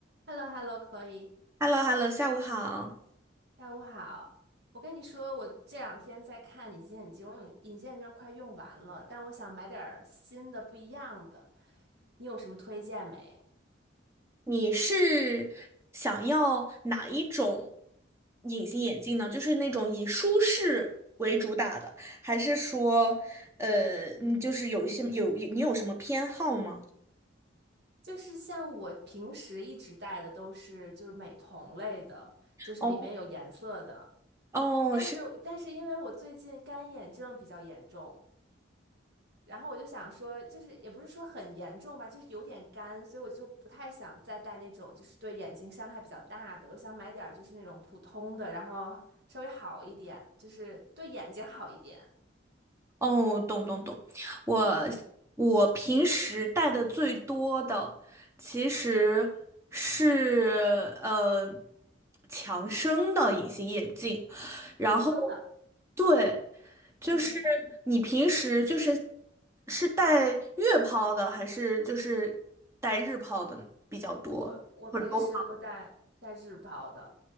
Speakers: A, on the right; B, on the right.
A: h e l l o h e l l o c h l o e
B: h e l l o h e l l o 下午好。
A: 下午好。我跟你说，我这两天在看隐形眼镜，我用隐形眼镜快用完了，但我想买点儿新的、不一样的。你有什么推荐没？
B: 你是想要哪一种隐形眼镜呢？就是那种以舒适为主打的，还是说，呃，嗯就是有一些有你有什么偏好吗？
A: 就是像我平时一直戴的都是就是美瞳类的，就是里面有颜色的。
B: 哦哦，
A: 但是但是因为我最近干眼症比较严重，
B: 是。
A: 然后我就想说，就是也不是说很严重吧，就是有点干，所以我就不太想再戴那种就是对眼睛伤害比较大的。我想买点儿就是那种普通的，然后稍微好一点，就是对眼睛好一点，
B: 哦，懂懂懂，我
A: 嗯，
B: 我平时戴的最多的其实是呃强生的隐形眼镜，然后
A: 养生的。
B: 对，就是你平时就是
A: 嗯，
B: 是戴月抛的还是就是戴日抛的比较多，
A: 我我平时都戴戴日抛的，
B: 或者欧